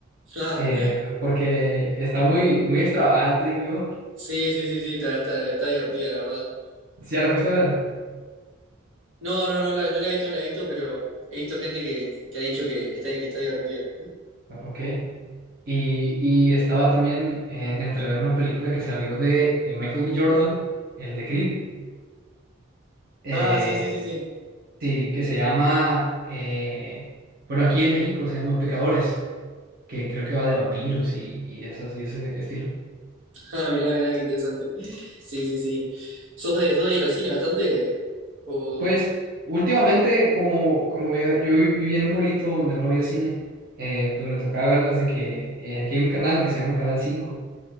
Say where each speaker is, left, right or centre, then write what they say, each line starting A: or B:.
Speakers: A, on the right; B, on the right.
A: Ah,
B: eh, porque está muy, muy extravagante, digo yo.
A: sí, sí, sí, sí, está, está, está divertida, la verdad.
B: ¿Sí ¿Ya la fuiste a ver?
A: No, no, no la, no la he visto, no la he visto, pero he visto gente que, que ha dicho que, que está, que está divertida.
B: Ok. Y, y estaba también eh, entre ver una película que salió de eh, Michael B. Jordan, el de Creed, eh,
A: Ah, sí, sí, sí, sí.
B: sí, que se llama, eh, bueno, aquí en México se llama Pecadores, que creo que va de vampiros y, y, esas, y ese estilo.
A: <laughs> Ah, mirá, mirá, qué interesante. Sí, sí, sí. ¿Sos de, sos de ir al cine bastante? ¿O...?
B: Pues últimamente, como, como vea- yo vi- vivía en un pueblito donde no había cine, eh, pues me tocaba verlas de que eh, aquí hay un canal que se llama Canal Cinco